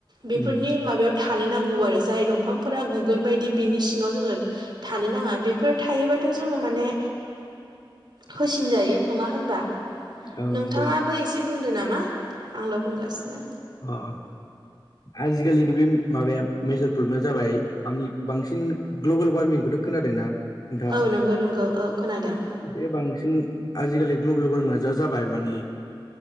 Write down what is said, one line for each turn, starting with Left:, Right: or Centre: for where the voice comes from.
Right: बेफोरनि
Left: उम
Right: माबायाव थानो नांगौ आरो जाय दंफांफोरा गुगोन बायदि बिनि सिङाव जोङो थानो नाङा बेफोर थायोबाथ' जोङो माने होसिनजायो नङा होनबा
Left: औ
Right: नोंथाङाबो
Left: नंगौ
Right: एसे बुंदो नामा आंल' बुंगासिनो
Left: अ आजिखालिनि बे माबाया मेजर प्रब्लेमा जाबाय बिफांनि बांसिन ग्लबेल वार्मिंखौथ' खोनादोंना नोंथाङा?
Right: औ नंगौ-नंगौ औ खोनादों
Left: बे बांसिन आजिखालि ग्लबेल वार्मिंआ जा जाबाय माने